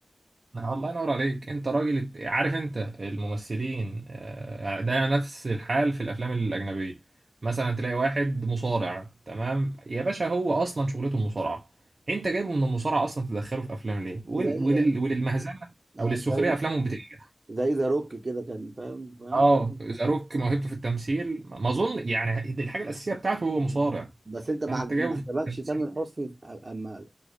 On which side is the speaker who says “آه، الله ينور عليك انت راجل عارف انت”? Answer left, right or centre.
Right